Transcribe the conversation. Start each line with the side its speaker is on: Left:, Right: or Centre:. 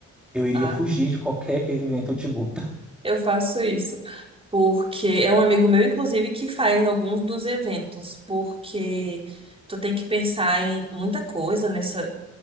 Centre: Eu iria
Right: Ah,
Centre: fugir de qualquer evento de luta.
Right: eu faço isso. Porque é um amigo meu, inclusive, que faz alguns dos eventos, porque tu tem que pensar em muita coisa nessa.